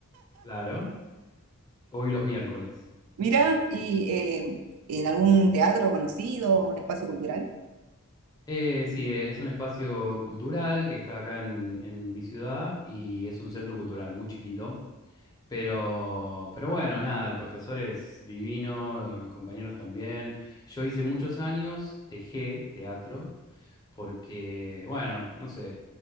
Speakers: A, on the left; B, on the right.
A: Claro. Hoy los miércoles.
B: Mira, ¿y eh, en algún teatro conocido, un espacio cultural?
A: Eh, sí, eh, es un espacio cultural que está acá en, en mi ciudad y es un centro cultural muy chiquito. Pero, pero bueno, nada, el profesor es divino, los compañeros también. Yo hice muchos años, dejé teatro porque, bueno, no sé,